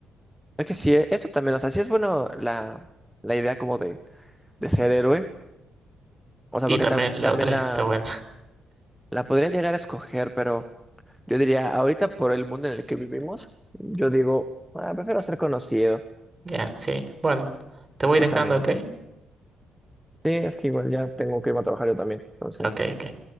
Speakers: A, in the centre; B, on the right (about 25°).
A: Es que sí, eh, eso también, o sea, sí es bueno la, la idea como de, de ser héroe, o sea,
B: Y
A: porque
B: también
A: tam-
B: la
A: también
B: otra
A: la,
B: está buena. <laughs>
A: la podría llegar a escoger, pero yo diría, ahorita por el mundo en el que vivimos, yo digo, ah, prefiero ser conocido,
B: Ya, sí. Bueno, te voy
A: justamente.
B: dejando, ¿ok?
A: Sí, es que igual ya tengo que irme a trabajar yo también. Entonces,
B: Ok, ok.